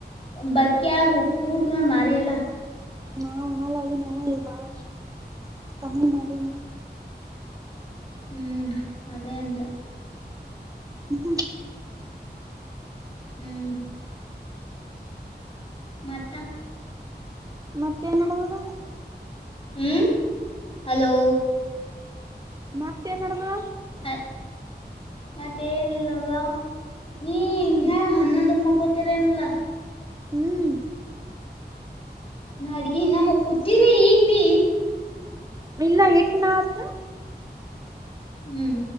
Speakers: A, on the left; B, on the right.
A: ಬಕ್ಕಿ ಆಗ ಕೂಡ ನೋಡ್ ಮಾರಿಯಲ್ಲಾ
B: ನಾ ಉನ ಲಾಗಿಿ ಎವ ಬಾರ ಸಮಿ ನನ್
A: ಹ್ಮ್ ಅದೇಂತ
B: ಹ್ಮ
A: ಹ್ಮ್ ಮತ್ತ
B: ಮತ್ತೆೇನುಡದದ
A: ಹ ಹಲೋ
B: ಮತ್ತೇನಡವಾ
A: ಅ ಮತ್ತೆ ಏನಿಲ್ಲವಾ ನೀ
B: ಹ್ಮ್
A: ಇನ್ನ ಹನ್ನೊಂದಕ್ ಮಕ್ಕೋತಿೀರ ನ್ಲ್ಲಾ
B: ಹ್ಮ್
A: ನಾ ಅಡ್ಗಿ ನಮ್ಮ್ ಕೂತೀ್ರಿ ಈಗ್ ಭ
B: ಮಲ್ಲ ಎಟ್ನಾತ
A: ಹ್ಮ್